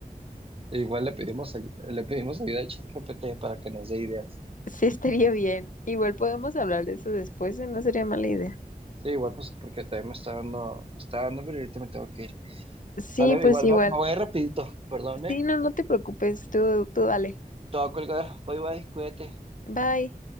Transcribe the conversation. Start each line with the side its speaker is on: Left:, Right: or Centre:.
Right: E Igual le pedimos, ay- le pedimos ayuda a ChatGPT para que nos dé ideas.
Left: Sí, estaría bien. Igual podemos hablar de eso después, ¿eh? No sería mala idea.
Right: Sí, igual pues porque también me está dando, me está dando, pero ahorita me tengo que ir.
Left: Sí,
Right: Sale,
Left: pues
Right: igual
Left: igual.
Right: me me voy rapidito, perdón, eh.
Left: Sí, no, no te preocupes, tú, tú dale.
Right: Te voy a colgar. Bye bye, cuídate.
Left: Bye.